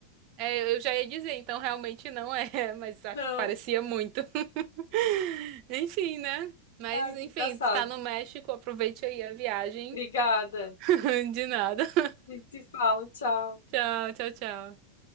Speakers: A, on the right; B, on the left.
A: é, eu já ia dizer, então realmente não é, <laughs> mas a-
B: Não.
A: parecia muito. <laughs> Enfim, né? Mas
B: Ai,
A: enfim,
B: que engraçado.
A: tu tá no México, aproveite aí a viagem.
B: Obrigada.
A: <laughs> De nada. <laughs>
B: A gente se fala, tchau.
A: Tchau, tchau, tchau.